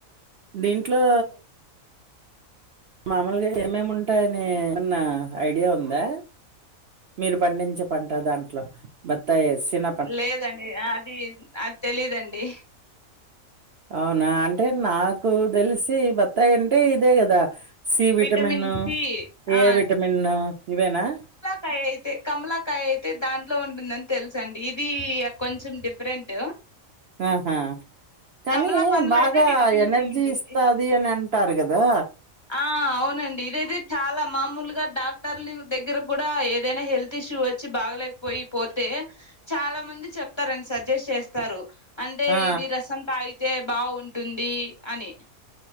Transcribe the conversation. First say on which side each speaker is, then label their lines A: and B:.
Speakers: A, on the right; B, on the left.
A: దీంట్లో. మామూలుగా ఏమేమి ఉంటాయ్. యని ఏమన్న ఐడియా ఉందా. మీరు పండించే పంట దాంట్లో బత్తాయే. సిన
B: లేదండి. అది అది తెలీదండి.
A: అవునా అంటే నాకు తెలిసి బత్తాయి అంటే ఇదే గదా. C vitamin.
B: vitamin సి ఆ
A: ఏ విటమిను. ఇవేనా.
B: కాయ అయితే కమలాకాయ అయితే దాంట్లో ఉంటుందని తెలుసండి ఇది కొంచెం డిఫరెంటూ.
A: ఆహా కానీ
B: కమలా పండ్లో
A: బాగా
B: అయితే విటమిన్
A: ఎనర్జీ
B: సి ఉంటుంది
A: ఇస్తా. ది అని అంటారుకదా.
B: ఆ అవునండి ఇదైతే, చాలా మామూలుగా. డాక్టర్ల దగ్గర కూడా ఏదైనా హెల్త్ ఇష్యూ. వచ్చ వచ్చి బాగలేకపోయి పోతే చాలా మంది చెప్తారు. అండి సజెస్ట్ చేస్తారు. అంటే
A: ఆ
B: ఇది రసం తాగితే బాగుంటుంది. అని.